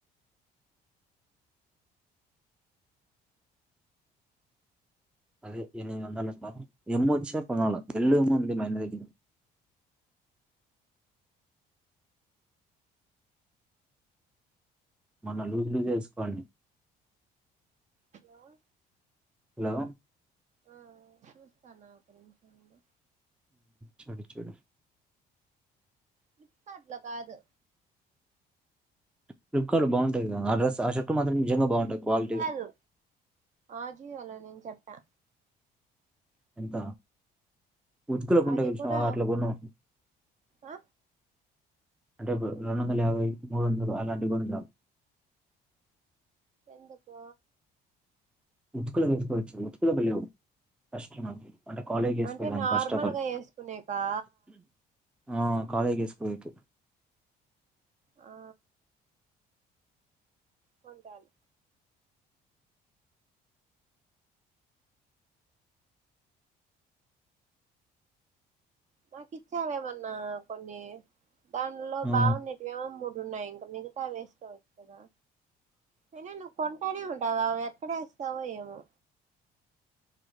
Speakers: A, in the centre; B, on the right.
A: అదే ఎనిమిది వందలు ఏం వచ్చిన కొనాల వెెల్లూము ఉంది మా అన్న దగ్గర మన లూజ్ లూజ్ వేసుకోంటి
B: హలో
A: హలో
B: ఆ చూస్తాను ఒక నిమిషం ఉండు
A: చూడు చూడు
B: ఫ్లిప్కార్టులో కాదు
A: ఫ్లిప్కార్ట్ లో బాగుంటయి కదా ఆ డ్రెస్ ఆ షర్ట్ మాత్రం నిజంగా బాగుంటాయి క్వాలిటీ
B: కాదు ఆజియోలో నేను చెప్పా
A: ఎంత ఉతుకులకు
B: అది
A: ఉంటాయి చూసినవా
B: కూడా
A: అట్ల కొను
B: ఆ
A: అంటే రెండు వందల యాభై మూడు వందలు అలాంటి కొను ఇక
B: ఎందుకు
A: ఉతుకులకు <unintelligible> వేసుకోవాలి
B: అంటే నార్మల్గా
A: ఫస్ట్ ఆఫ్ ఆల్
B: వేసుకునేకా
A: ఆ కాలేజీకి వేస్పోయేకి
B: ఆ కొంటాను నాకు ఇచ్చావే మొన్నా కొన్ని దానిలో
A: ఆ
B: బాగున్నటివివేమో మూడు ఉన్నాయి మిగతా వేసుకోవచ్చు కదా అయిన నువు కొంటానే ఉంటావు గవే ఎక్కడ వేస్తావో ఏమో